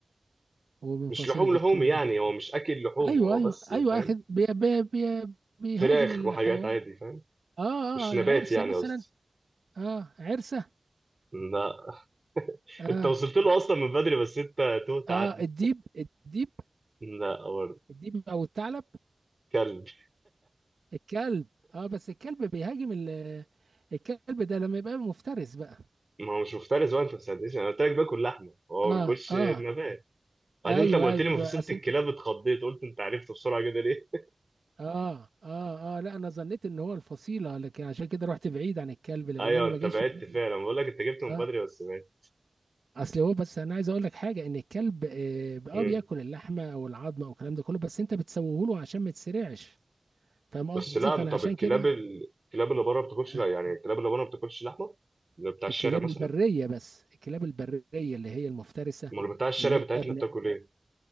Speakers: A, on the right (about 80°); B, on the right (about 35°).
A: ومن
B: مش
A: فصيلة
B: لحوم لحوم
A: الكلاب
B: يعني هو مش اكل لحوم
A: ايوه
B: هو
A: ايوه
B: بس
A: ايوه
B: فاهم
A: اخد بي بي بي بيهاجم
B: فراخ
A: الحيوان
B: وحاجات عادي فاهم
A: اه اه
B: مش
A: آه،
B: نبات
A: العرسه
B: يعني
A: مثلا
B: قصدي
A: اه عرسه
B: لا
A: اه
B: انت وصلت له اصلا من بدري بس انت تهت
A: اه
B: عني
A: الديب الديب
B: لا برضه
A: الديب او الثعلب
B: كلب
A: الكلب اه بس الكلب بيهاجم ال- الكلب ده لما يبقى مفترس بقى
B: ما هو مش مفترس بقى انت ما ساعدتنيش انا قلت لك باكل لحمه هو ما
A: اه
B: بياكلش
A: اه
B: نبات بعدين
A: ايوه
B: انت ما قلت
A: ايوه
B: لي مفاصيلة
A: اصل
B: الكلاب
A: انت
B: اتخضيت قلت انت عرفت بسرعه كده ليه
A: اه اه اه لا انا ظنيت ان هو الفصيله لكن عشان كده رحت بعيد عن الكلب لان
B: ايوه
A: انا
B: انت
A: ما جاش
B: بعدت
A: في دماغي
B: فعلا بقول لك انت جبته
A: اه
B: من بدري بس بعدت
A: اصل هو بس انا عايز اقول لك حاجه ان الكلب اه آه،
B: مم.
A: بياكل اللحمه او العظمه او الكلام ده كله بس انت بتسويه له عشان ما يتسرعش فاهم قصدي
B: بس لا
A: فانا
B: طب
A: عشان
B: الكلاب
A: كده
B: ال- الكلاب اللي بره ما بتاكلش
A: آه،
B: لا يعني الكلاب اللي بره ما بتاكلش لحمه اللي بتاع الشارع
A: الكلاب
B: مثلا
A: البريه بس الكلاب البريه اللي هي المفترسه
B: امال بتاع الشارع
A: اللي هي
B: بتاعتنا
A: ابن
B: بتاكل ايه